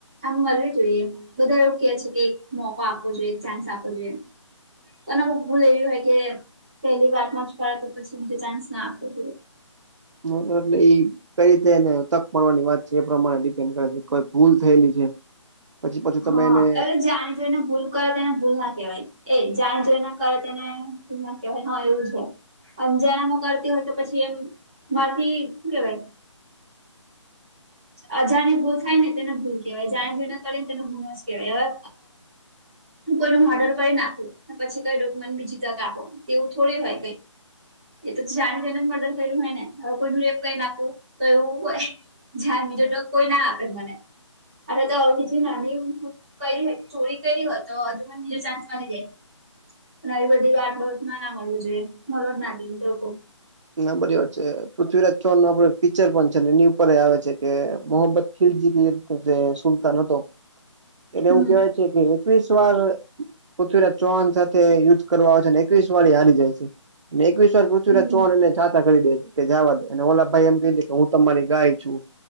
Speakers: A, in the centre; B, on the right.
A: આમ મળવી જોઈએ બધા એવું કે છે કે મોકો આપવો જોઈએ ચાન્સ આપવો જોઈએ. અને બ ભૂલ એવી હોય કે પેલી વાતમાં <inaudible> તો પછી ચાન્સ ના આપું.
B: <inaudible> એ કઈ રીતે એને તક મળવાની વાત છે એ પ્રમાણે ડિપેન્ડ કરે છે કોઈ ભૂલ થયેલી છે. પછી પાછું
A: હા
B: તમે એને
A: હવે જાણી જોઈને ભૂલ કરે તેને ભૂલ ના કહેવાય એ જાણે જોઈ ના કરે તેને ભૂલ ના કહેવાય હ એવું છે. અંજાણમાં કરતી હોય તો પછી એમ માંથી શું કેવાય? અજાણી ભૂલ થાય ને તેને ભૂલ કેવાય જાણે જ કરી ને તેને ભૂલો જ કેવાય હવે હું કોઈ મોર્ડર કરી નાખું પછી કઈ ડોક્યુમેન્ટ બીજી તક આપો તેવું થોડી હોય એ તો જાણે જાને જ મર્ડર કર્યું હોય ને હવે કોઈ રેપ કઈ નાખવું તો એવું હોય <inaudible> બીજો ટક કોઈ ના આપે મને આટ તો બીજી નાની કઈ ચોરી કરી હોય તો હજુ મને બીજો ચાન્સ મળી જાય. અને આવી બધી વાત બાબત ના ના મળવી જોઈએ મળો જ ના દીધ લોકો
B: હા બરીબર છે પૃથ્વીરાજ ચૌહા નું આપડું પિક્ચર પણ છે ને એની ઉપર આવે છે કે મોહ <inaudible> જે સુલતાન હતો.
A: <inaudible>
B: એટલે
A: હમ
B: એવું કેવાય છે કે, એકવીસ વાર પૃથ્વીરાજ ચૌહાણ સાથે યુદ્ધ કરવા આવે છે એકવીસ વાર હારી જાય છે. એકવીસ વાર પૃથ્વી
A: હમ
B: જાતા કરી દે તે જવા દે અને ઓલા ભાઈ એમ કહી દે કે હું તમારી ગાય છું.